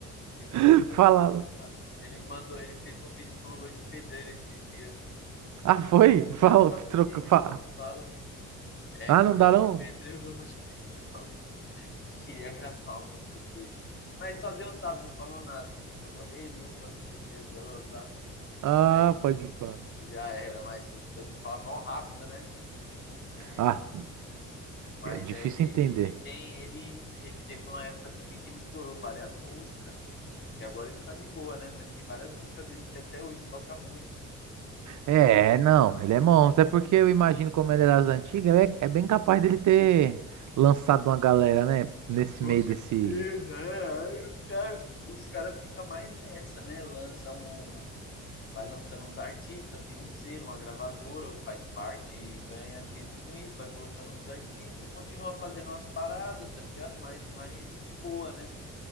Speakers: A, on the left; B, on the right.
A: Snoop
B: <laughs>
A: Dogg
B: Fala.
A: é engraçado. Ele mandou, ele fez um vídeo com luva de pedreiro esses dias.
B: Ah, foi? Fala,
A: Quase não dá pra
B: troca,
A: entender
B: fa-
A: o que ele fala. É
B: Ah,
A: que
B: não
A: o
B: dá
A: Luva
B: não?
A: de Pedreiro, <laughs> o Luva de Pedreiro falou que queria gravar uma música com ele. Mas ele só deu um salve, não falou nada. Só falou, rei hey, Luva, não sei o que, blá, blá, blá.
B: Ah,
A: Aí
B: pode pá.
A: já era, mas ele fala mal rápido, né? É,
B: Ah,
A: mas
B: é difícil
A: é, ele,
B: entender.
A: ele tem, ele, ele teve uma época também que ele estourou várias músicas. Que agora ele tá de boa, né? Mas tem várias músicas dele que até hoje toca muito.
B: É, não, ele é monstro. É porque eu imagino como ele era das antigas, é, é bem capaz dele ter lançado uma galera, né? Nesse
A: Com
B: meio
A: certeza,
B: desse.
A: é. Aí os caras os caras ficam mais nessa, né? Lança um, vai lançando uns artistas, tem um selo, uma gravadora, faz parte e ganha dinheiro com isso, vai colocando outros artistas, continua fazendo umas paradas, tá ligado? Mas mais de boa, né?